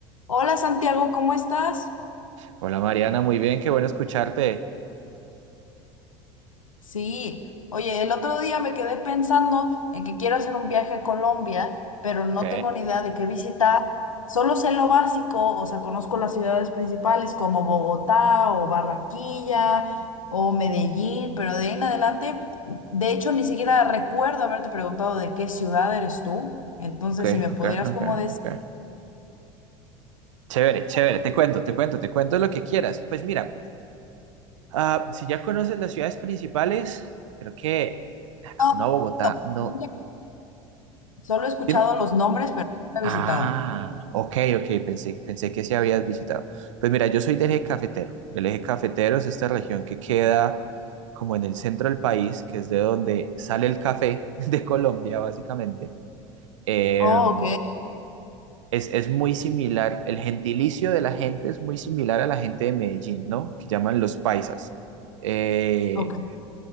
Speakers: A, on the left; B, on the right.
A: Hola Santiago, ¿cómo estás?
B: Hola Mariana, muy bien, qué bueno escucharte.
A: Sí, oye, el otro día me quedé pensando en que quiero hacer un viaje a Colombia, pero no
B: Ok,
A: tengo ni idea de qué visitar. Solo sé lo básico, o sea, conozco las ciudades principales como Bogotá o Barranquilla o Medellín, pero de ahí en adelante, de hecho, ni siquiera recuerdo haberte preguntado de qué ciudad eres tú. Entonces,
B: ok,
A: si me pudieras
B: ok, ok,
A: como decir...
B: ok. Chévere, chévere, te cuento, te cuento, te cuento lo que quieras. Pues mira, ah, si ya conoces las ciudades principales, creo que ah,
A: No,
B: una Bogotá,
A: no,
B: no.
A: nunca- solo he escuchado
B: Dime.
A: los nombres, pero nunca he visitado.
B: Ah, ok, ok, pensé, pensé que sí habías visitado. Pues mira, yo soy del eje cafetero. El eje cafetero es esta región que queda como en el centro del país, que es de donde sale el café <laughs> de Colombia, básicamente. Em,
A: Oh, ok,
B: es, es muy similar, el gentilicio de la gente es muy similar a la gente de Medellín, ¿no? Que llaman los paisas. Eh,
A: ok,